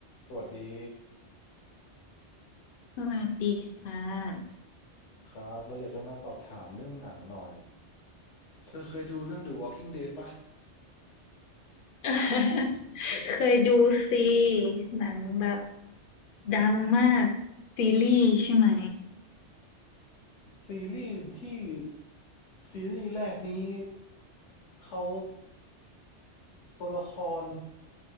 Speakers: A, on the left; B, on the left.
A: สวัสดี
B: สวัสดีค่ะ
A: ครับเราอยากจะมาสอบถามเรื่องหนังหน่อยเธอเคยดูเรื่อง The Walking Dead ปะ
B: <laughs> เคยดูซีหนังแบบดังมากซีรีส์ใช่ไหม
A: ซีรีส์ที่ซีรีส์แรกนี้เขาตัวละคร